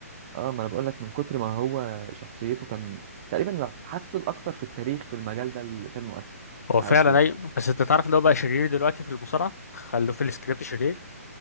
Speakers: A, on the right (about 35°); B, on the left (about 75°).
A: اه ما انا بقول لك من كتر ما هو شخصيته كان تقريبا يعت- حاسه الاكتر في التاريخ في المجال ده اللي كان مؤثر
B: هو
A: مش
B: فعلا
A: عارف ليه
B: اي بس انت تعرف ان هو بقى شرير دلوقتي في المصارعه خلوه في السكريبت شرير